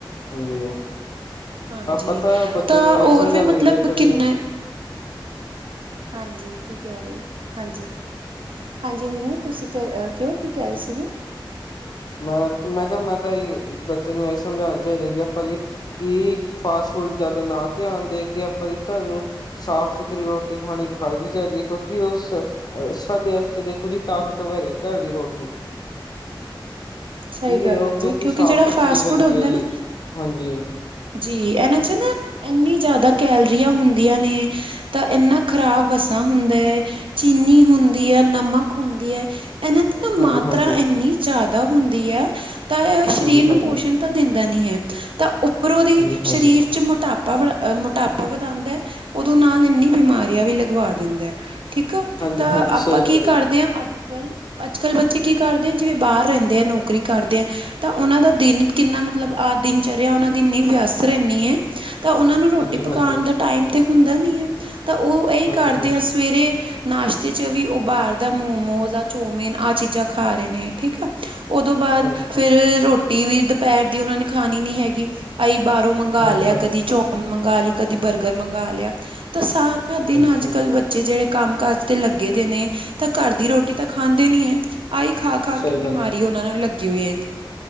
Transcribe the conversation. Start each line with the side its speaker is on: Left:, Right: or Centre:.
Left: ਹਾਂਜੀ
Right: ਹਾਂਜੀ
Left: ਆਪਾਂ ਤਾਂ।
Right: ਤਾਂ
Left: ਨੂੰ ਆਹੀ
Right: ਹੋਰ
Left: ਸਮਝਾਉਣੇ
Right: ਵੀ ਮਤਲਬ
Left: ਦੇਖੋ
Right: ਕਿੰਨਾ
Left: ਜੀ
Right: ਹਾਂਜੀ ਕੀ ਕਹਿ ਰਹੇ। ਹਾਂਜੀ ਹਾਂਜੀ ਨਿੰਨੀ ਤੁਸੀਂ ਤੇ ਕਿਉਂ ਕੀ ਕਹਿ ਰਹੇ ਸੀਗੇ।
Left: ਮੈਂ ਤਾਂ ਕਿਹਾ ਮੈਂ ਤਾਂ ਬੱਚੇ ਨੂੰ ਇਹੀ ਸਮਝਾਉਣਾ ਚਾਹੀਦਾ ਕਿ ਆਪਾਂ ਜੀ ਕਿ ਫਾਸਟ ਫੂਡ ਜ਼ਿਆਦਾ ਨਾ ਧਿਆਨ ਦੇ ਕੇ ਆਪਣੇ ਘਰ ਨੂੰ ਸਾਫ਼ ਸੁਥਰਾ ਫਿਰ ਰੋਟੀ-ਪਾਣੀ ਖਾਈ ਵੀ ਜਾਂਦੀ ਕਿਉ। ਕਿ ਉਹ ਸਾਡੇ ਵਾਸਤੇ ਦੇਖੋ ਜੀ ਤਾਕਤਵਾਰ ਘਰ ਦੀ ਰੋਟੀ।
Right: ਸਹੀ
Left: ਠੀਕ
Right: ਗੱਲ
Left: ਉਹ
Right: ਹੈ ਜੀ ਕਿਉਂਕਿ
Left: ਸਾਫ਼
Right: ਜਿਹੜਾ
Left: ਸੁਥਰੀ
Right: ਫਾਸਟ ਫੂਡ
Left: ਬਣਦੀ
Right: ਹੁੰਦਾ
Left: ਹੈ
Right: ਨਾ
Left: ਜੀ ਹਾਂਜੀ
Right: ਜੀ ਇਹਨਾਂ'ਚ ਨਾ ਇੰਨੀ ਜ਼ਿਆਦਾ ਕੈਲਰੀਆਂ ਹੁੰਦੀਆਂ ਨੇ ਤਾਂ ਇੰਨਾ ਖ਼ਰਾਬ ਵਸਾ ਹੁੰਦਾ। ਚੀਨੀ ਹੁੰਦੀ ਹੈ ਨਮਕ ਹੁੰਦੀ ਹੈ। ਇਹਨਾਂ ਦੀ ਨਾ
Left: ਹਾਂਜੀ
Right: ਮਾਤਰਾ
Left: ਹਾਂਜੀ
Right: ਇੰਨੀ ਜ਼ਿਆਦਾ ਹੁੰਦੀ। ਹੁੰਦੀ ਹਾਂ ਤਾਂ ਇਹ
Left: ਹਾਂਜੀ
Right: ਸਰੀਰ ਨੂੰ
Left: ਹਾਂਜੀ
Right: ਪੋਸ਼ਣ ਤਾਂ ਦਿੰਦਾ ਨੀ ਹੈ ਤਾਂ ਉੱਪਰੋਂ ਦੀ
Left: ਹਾਂਜੀ ਹਾਂਜੀ
Right: ਸਰੀਰ। ਵਿੱਚ ਮੋਟਾਪਾ ਮੋਟਾਪਾ ਵਧਾਉਂਦਾ। ਉਦੋਂ ਨਾਲ ਇੰਨੀ ਬਿਮਾਰੀਆਂ ਵੀ ਲਗਵਾ ਦਿੰਦਾ ਹੈ ਠੀਕ। ਕਬ
Left: ਹਾਂਜੀ
Right: ਤੱਕ
Left: ਹਾਂਜੀ
Right: ਆਪਾਂ
Left: ਸਹੀ ਗੱਲ
Right: ਕੀ
Left: ਹੈ
Right: ਕਰਦੇ
Left: ਜੀ
Right: ਹਾਂ ਅੱਜ ਕੱਲ ਅੱਜ ਕੱਲ ਬੱਚੇ ਕੀ ਕਰਦੇ ਆ ਜਿਵੇਂ ਬਾਹਰ ਰਹਿੰਦੇ ਆ। ਨੌਕਰੀ ਕਰਦੇ ਆ ਤਾਂ ਉਹਨਾਂ ਦਾ ਦਿਨ ਕਿੰਨਾ ਮਤਲਬ ਆ ਦਿਨ ਚਰਿਆ ਉਹਨਾਂ ਦੀ ਇੰਨੀ ਵਿਅਸਤ ਰਹਨੀ ਹੈ ਤਾਂ ਉਹਨਾਂ ਨੂੰ ਰੋਟੀ
Left: ਹਾਂਜੀ
Right: ਪਕਾਉਣ
Left: ਹਾਂਜੀ
Right: ਦਾ। ਟਾਈਮ ਤੇ ਹੁੰਦਾ ਨੀ ਹੈ ਤਾਂ ਉਹ ਇਹੀ
Left: ਹਾਂਜੀ
Right: ਕਰਦੇ
Left: ਹਾਂਜੀ
Right: ਆ ਸਵੇਰੇ ਨਾਸ਼ਤੇ ਚ ਵੀ ਉਹ ਬਾਹਰ ਦਾ ਮੋਮੋਸ ਆਹ ਚੋਮਿਨ ਆਹ ਚੀਜ਼ਾਂ ਖਾ ਰਹੇ ਨੇ ਠੀਕ ਆ। ਉਹਦੋਂ ਬਾਅਦ
Left: ਹਾਂਜੀ
Right: ਫਿਰ ਰੋਟੀ ਵੀ ਦੁਪਹਿਰ ਦੀ ਉਹਨਾ ਨੇ ਖਾਣੀ ਨੀ ਹੈਗੀ। ਅਸੀਂ ਬਾਹਰੋਂ ਮੰਗਵਾ
Left: ਹਾਂਜੀ
Right: ਲਿਆ
Left: ਹਾਂਜੀ
Right: ਕਦੀ ਚੌਮਿਨ ਮੰਗ ਲਈ ਕਦੀ ਬਰਗਰ ਮੰਗਵਾ ਲਿਆ ਤਾਂ ਸਾਰ ਸਾਰਾ ਦਿਨ
Left: ਹਾਂਜੀ
Right: ਅੱਜ-ਕੱਲ
Left: ਹਾਂਜੀ
Right: ਬੱਚੇ ਜਿਹੜੇ ਕੰਮ ਕਾਜ ਤੇ ਲੱਗੇ ਦੇ ਨੇ ਤਾਂ ਘਰ ਦੀ ਰੋਟੀ ਤਾਂ ਖਾਂਦੇ ਨੀ ਹੈ। ਆਈ ਖਾ-ਖਾ
Left: ਸਹੀ
Right: ਕੇ ਬਿਮਾਰੀ
Left: ਗੱਲ ਹੈ।
Right: ਉਹਨਾਂ ਨੂੰ ਲੱਗੀ ਹੋਈ ਜੀ।